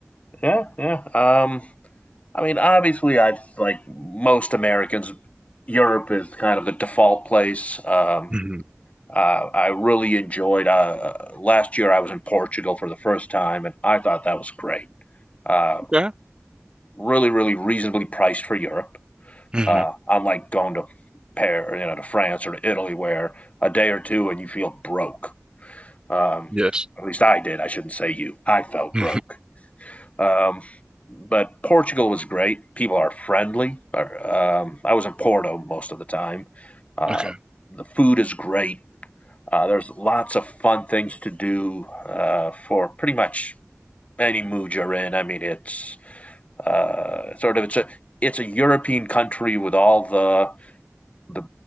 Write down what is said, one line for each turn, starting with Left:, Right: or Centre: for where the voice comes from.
Left: yeah, yeah. Um, I mean, obviously, I've like most Americans, Europe is kind of the default place. Um,
Right: hmm
Left: uh, I really enjoyed. Uh, last year, I was in Portugal for the first time, and I thought that was great. Uh,
Right: Yeah.
Left: really, really reasonably priced for Europe.
Right: Mhm.
Left: Uh, unlike going to Paris, you know, to France or to Italy, where a day or two and you feel broke. Um,
Right: Yes.
Left: at least I did. I shouldn't say you. I felt
Right: Mhm.
Left: broke. Um, but Portugal was great. People are friendly. Um, I was in Porto most of the time. Uh,
Right: Okay.
Left: the food is great. Uh, there's lots of fun things to do uh, for pretty much any mood you're in. I mean, it's uh, sort of it's a it's a European country with all the the